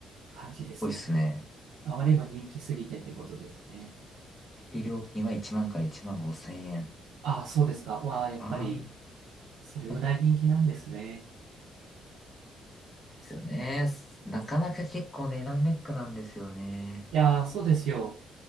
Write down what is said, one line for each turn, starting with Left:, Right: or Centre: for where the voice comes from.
Right: 感じですね。
Left: ぽいっすね。
Right: あまりにも人気すぎてってことですね。
Left: で、料金は1万から1万5千円。
Right: ああ、そうですか。わあ、やっぱり、
Left: あ
Right: それぐらい人気なんですね。
Left: あ、ですよね。なかなか結構値段ネックなんですよね。
Right: いやー、そうですよ。